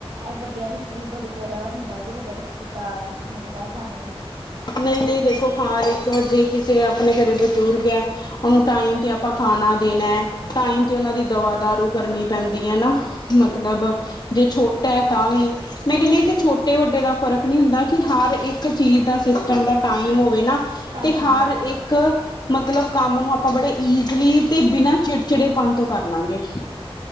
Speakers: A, on the right; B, on the left.
A: ਇਹ ਵੱਡਿਆਂ ਵਿੱਚ ਵੀ ਬੜੀ ਜਿਆਦਾ ਹੁੰਦਾ ਕਿ ਵੱਡਿਆਂ ਦਾ ਸਤਿਕਾਰ ਮਿਲਦਾ ਸਾਨੂੰ
B: ਨਹੀਂ -ਨਹੀਂ ਦੇਖੋ ਹਰ ਇੱਕ ਜੇ ਕਿਸੇ ਆਪਣੇ ਘਰੇ ਬਜ਼ੁਰਗ ਐ। ਉਹਨੂੰ ਟਾਈਮ ਤੇ ਆਪਾਂ ਖਾਣਾ ਦੇਣਾ। ਟਾਈਮ ਤੇ ਉਹਨਾਂ ਦੀ ਦਵਾ ਦਾਰੂ ਕਰਨੀ ਪੈਂਦੀ ਹੈ ਨਾ ਮਤਲਬ ਜੇ ਛੋਟਾ ਹੈ ਤਾਂ ਵੀ ਮੈਂ ਕਹਿੰਦੀ ਕਿ ਛੋਟੇ ਵੱਡੇ ਦਾ ਫ਼ਰਕ ਨਹੀਂ ਹੁੰਦਾ ਕਿ ਹਰ ਇੱਕ ਚੀਜ਼ ਦਾ ਸਿਸਟਮ ਦਾ ਟਾਈਮ ਹੋਵੇ ਨਾ
A: ਟਾਈਮ
B: ਤੇ ਹਰ
A: ਬਸ
B: ਇੱਕ
A: ਬਸ
B: ਮਤਲਬ ਕੰਮ ਨੂੰ ਆਪਾਂ ਬੜੇ ਈਜ਼ਲੀ ਤੇ ਬਿਨਾਂ ਚਿੜਚਿੜੇਪਨ ਤੋਂ ਕਰ ਲਾਂਗੇ।